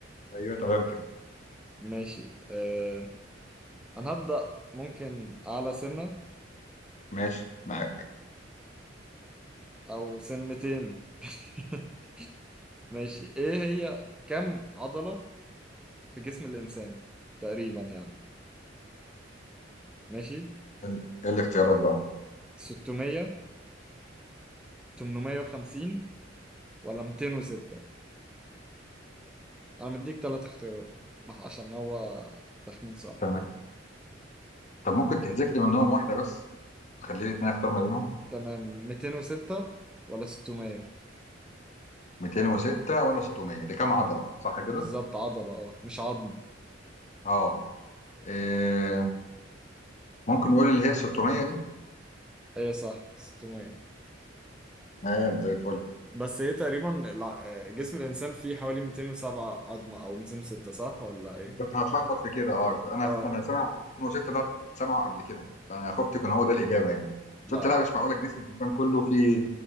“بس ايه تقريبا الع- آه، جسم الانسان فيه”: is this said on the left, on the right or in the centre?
Centre